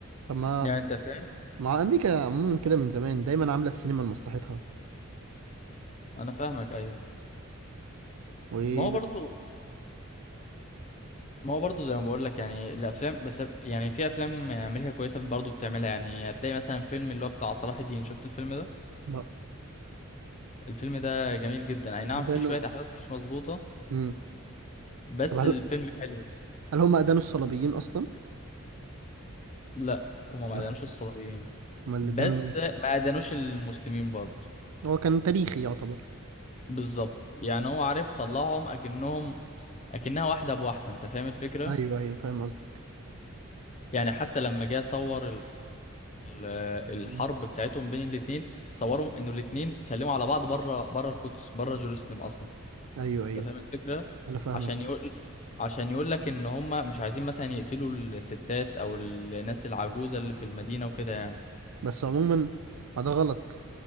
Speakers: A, on the right; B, on the left.
A: طب ما
B: يعني انت فاهم
A: مع امريكا عموما كده من زمان دايما عامله السينما لمصلحتها
B: انا فاهمك ايوه
A: و
B: ما هو برضو ما هو برضو زي ما بقول لك يعني الافلام بس يعني في افلام امريكا كويسه برضو بتعملها يعني هتلاقي مثلا فيلم اللي هو بتاع صلاح الدين شفت الفيلم ده
A: لا
B: الفيلم ده جميل جدا اي نعم
A: ادانوا
B: فيه شويه احداث مش مظبوطه
A: مم.
B: بس
A: طب هل
B: الفيلم حلو
A: هل هم ادانوا الصليبيين اصلا
B: لا هما
A: <laughs>
B: ما ادانوش الصليبيين
A: امال
B: بس
A: اللي ادانوا مين
B: ما ادانوش المسلمين برضو
A: هو كان تاريخي يعتبر
B: بالظبط يعني هو عارف طلعهم اكنهم اكنها واحده بواحده انت فاهم الفكره
A: ايوه ايوه فاهم قصدك
B: يعني حتى لما جه صور ال- ال- الحرب
A: مم.
B: بتاعتهم بين الاتنين صورهم انه الاتنين سلموا على بعض بره بره القدس بره جيروسلم اصلا
A: ايوه ايوه
B: انت فاهم الفكره
A: انا فاهمك
B: عشان يقول عشان يقول لك ان هم مش عايزين مثلا يقتلوا الستات او الناس العجوزه اللي في المدينه وكده يعني
A: بس عموما ما ده غلط